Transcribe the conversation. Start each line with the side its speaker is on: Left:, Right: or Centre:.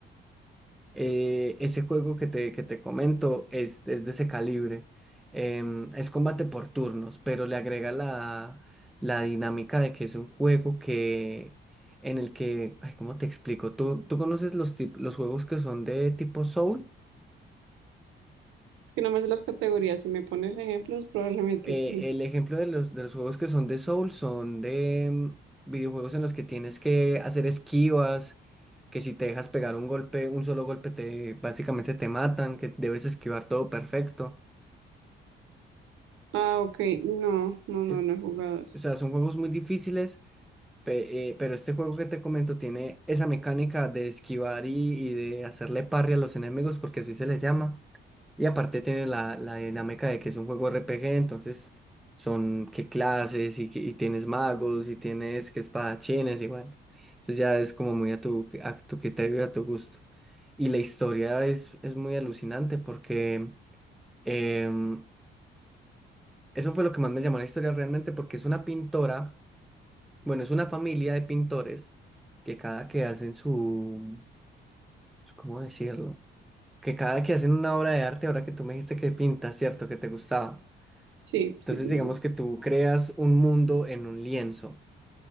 Centre: Eh, ese juego que te, que te comento es, es de ese calibre. Em, es combate por turnos, pero le agrega la, la dinámica de que es un juego que en el que, ay, ¿cómo te explico? ¿Tú, tú conoces los, tip- los juegos que son de tipo Soul?
Right: Que no me sé las categorías. Si me pones ejemplos, probablemente
Centre: Eh,
Right: sí.
Centre: el ejemplo de los, de los juegos que son de Soul son de em, videojuegos en los que tienes que hacer esquivas, que si te dejas pegar un golpe, un solo golpe te básicamente te matan, que debes esquivar todo perfecto.
Right: Ah, ok. No, no,
Centre: es-
Right: no, no he jugado eso.
Centre: o sea, son juegos muy difíciles, pe- eh, pero este juego que te comento tiene esa mecánica de esquivar y, y de hacerle parry a los enemigos, porque así se le llama. Y aparte tiene la, la dinámica de que es un juego RPG, entonces son qué clases y, que- y tienes magos y tienes que espadachines y bueno. Entonces ya es como muy a tu, a tu criterio y a tu gusto. Y la historia es, es muy alucinante porque em, eso fue lo que más me llamó la historia realmente porque es una pintora Bueno, es una familia de pintores que cada que hacen su, su- ¿cómo decirlo? Que cada que hacen una obra de arte, ahora que tú me dijiste que pintas, ¿cierto? Que te gustaba.
Right: Sí,
Centre: Entonces,
Right: sí, sí
Centre: digamos
Right: me gusta.
Centre: que tú creas un mundo en un lienzo